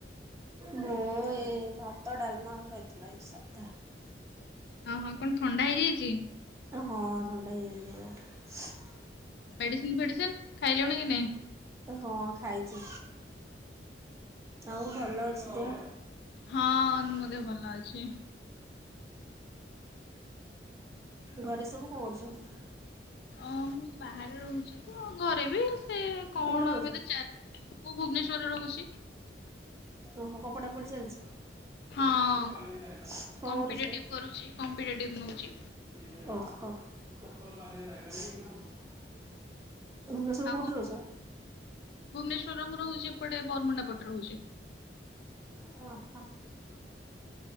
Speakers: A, on the right; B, on the left.
A: ମୁଁ ଏଇ ଭାତ ଡାଲମା ଖାଇଥିଲି ଆଜି ସାଧା।
B: ହଁ ହଁ କଣ ଥଣ୍ଡା ହେଇଯାଇଛି?
A: ହଁ ଥଣ୍ଡା ହେଇଯାଇଛି ଟିକେ ଦେହଟା।
B: ମେଡ଼ିସିନ୍ ଫେଡ଼ିସିନ୍ ଖାଇଲୁଣି କି ନାଇଁ?
A: ହଁ ଖାଇଛି, ଆଉ ଭଲ ଅଛି ଦେହ?
B: ହଁ ମୋ ଦେହ ଭଲ ଅଛି।
A: ଘରେ ସବୁ କଁ କରୁଛନ୍ତି?
B: ଅଁ ମୁଁ ବାହାରେ ରହୁଛି ତ ଘରେ ବି ସେ କଣ
A: କୋଉଠି ରହୁଛ?
B: ଏବେତ ଚା ମୁଁ ଭୁବନେଶ୍ୱରରେ ରହୁଛି।
A: ଓହୋ କଁ ପଢାପଢ଼ି ଚାଲିଛି? <unintelligible>
B: ହଁ କମ୍ପିଟେଟିଭ
A: ଓହୋ।
B: କରୁଛି କମ୍ପିଟେଟିଭ ନଉଛି
A: ଭୁବେଶ୍ବରରେ କଉଠି ରହୁଛ?
B: ଆଉ ଭୁବନେଶ୍ୱରର ମୁଁ ରହୁଛି ଏପଟେ ବରମୁଣ୍ଡା ପଟେ ରହୁଛି।
A: <unintelligible>